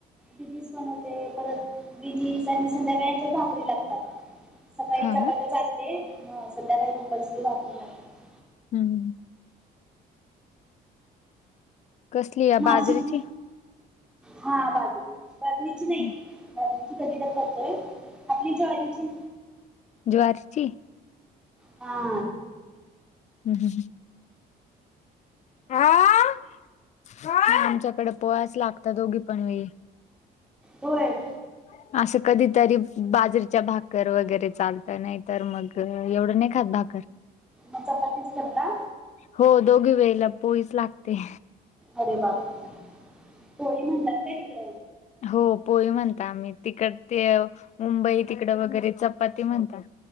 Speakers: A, in the centre; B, on the left.
A: बिनीस बनवते, परत बिनीस आणि संध्याकाळी आमच्यात भाकरी लागतात. सकाळी
B: हा
A: चपात्या चालते, संध्याकाळी कंपल्सरी भाकरी लागत्यांत.
B: हूं! कसली या
A: नाशिक
B: बाजरी ची.
A: हा बाजरी, बाजरीची नही
B: हं
A: बाजरीची कधी तर करतोय. आपली ज्वारीची.
B: ज्वारीची.
A: हा!
B: हूं हूं! हा! आमच्याकडे पोळ्याच्य लागता दोघी पण वेळी.
A: होय!
B: <inaudible> असं कधीतरी बाजरीच्या भाकर वगैरे चालतं, नाही तर मग एवढं नाही खात भाकर.
A: म चपातीच करता.
B: हो दोघी वेळीला पोळीच लागते.
A: अरे बापू रे, पोळी म्हणतात काय तिकड.
B: हो पोळी म्हणता आम्ही, तिकड ते मुंबई तिकड वगैरे चपाती म्हणतात.